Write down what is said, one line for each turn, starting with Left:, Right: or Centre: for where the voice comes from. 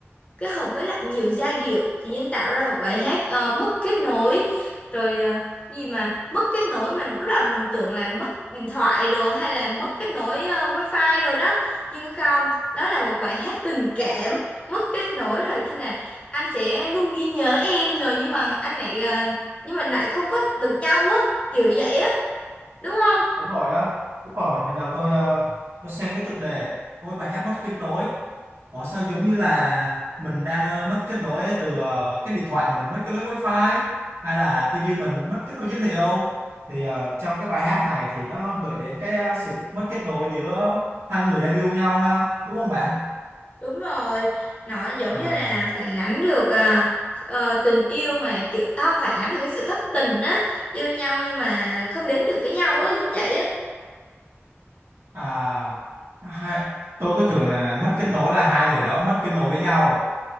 Left: kết hợp với lại nhiều giai điệu thì nhân tạo ra một bài hát ờ, mất kết nối rồi ờ, gì mà mất kết nối mình lúc đầu mình tưởng là mất điện thoại rồi hay là mất kết nối ờ, wifi rồi đó nhưng không đó là một bài hát tình cảm mất kết nối rồi khi nào anh sẽ luôn ghi nhớ em rồi nhưng mà anh lại ờ, nhưng mình lại không có được nhau á kiểu vậy á đúng không
Right: đúng rồi á đúng rồi lần đầu tôi ờ, tôi xem cái tựa đề ôi bài hát mất kết nối Ủa sao giống như là mình đang ờ, mất kết nối từ ờ, cái điện thoại mình mất kết nối wifi hay là tivi mình mất kết nối dữ liệu thì ờ, trong cái bài hát này thì nó gợi đến cái ờ, sự mất kết nối giữa hai người đang yêu nhau ha đúng không bạn
Left: Đúng rồi, nó giống
Right: à
Left: như là phản ánh được à, ờ, tình yêu mà kiểu à, không phản ánh được cái sự thất tình á, yêu nhau nhưng mà không đến được với nhau á, giống vậy á.
Right: À, hai, tôi cứ tưởng là mất kết nối là hai người đó mất kết nối với nhau